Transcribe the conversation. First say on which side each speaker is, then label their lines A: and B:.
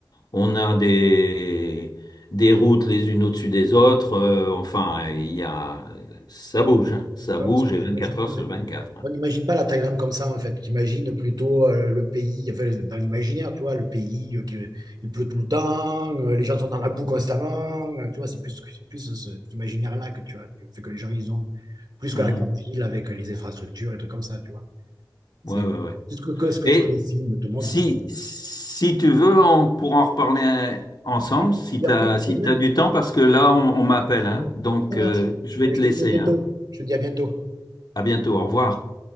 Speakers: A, on the left; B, on the right.
A: on, on a des, des routes les unes au-dessus des autres. euh, enfin, il y a, ça bouge, hein. Ça
B: ouais,
A: bouge
B: parce que tu
A: et 24
B: imagines pas
A: heures
B: la-
A: sur 24. hein.
B: on n'imagine pas la Thaïlande comme ça, en fait. Tu imagines plutôt euh, le pays, enfin, dans l'imaginaire, tu vois, le pays, euh, qui- il pleut tout le temps, euh, les gens sont dans la boue constamment, euh, tu vois, c'est plus, c'est plus cet imaginaire-là que tu as. Tu- Fait que les gens, ils ont plus
A: Mhm.
B: que la grande ville avec les infrastructures et trucs comme ça, tu vois. C'est
A: Ouais, ouais, ouais.
B: c'est ce que, que- ce que,
A: Et,
B: ce que les films te montrent.
A: Si, si tu veux, on pourra en reparler euh, ensemble
B: Écoute,
A: si
B: il n'y
A: tu
B: a pas
A: as,
B: de
A: si
B: problème.
A: t'as du temps, parce que là, on, on m'appelle,
B: Pas
A: hein.
B: de problème.
A: Donc,
B: Ça marche.
A: euh, je vais
B: Et
A: te
B: je te
A: laisser,
B: dis à bientôt.
A: hein.
B: Je te dis à bientôt.
A: À bientôt, au revoir.